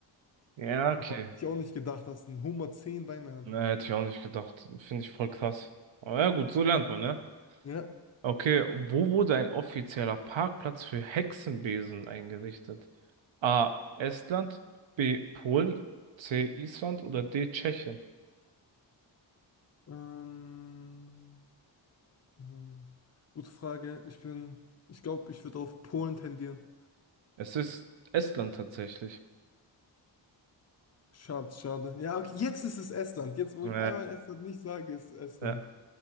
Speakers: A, on the right; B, on the left.
A: Ja, okay.
B: aber hätte ich auch nicht gedacht, dass ein Hummer zehn Beine hat.
A: Ne, hätte ich auch nicht gedacht. Finde ich voll krass. Aber ja, gut, so lernt man, ne?
B: Ja.
A: Okay, wo wurde ein offizieller Parkplatz für Hexenbesen eingerichtet? A. Estland, B. Polen, C. Island oder D. Tschechien?
B: Ähm, Hm, Gute Frage. Ich bin, ich glaube, ich würde auf Polen tendieren.
A: Es ist Estland tatsächlich.
B: Schade, schade. Ja, okay, jetzt ist es Estland. Jetzt, wo
A: Äh,
B: ich einmal Estland nicht sage, ist es Estland.
A: ja.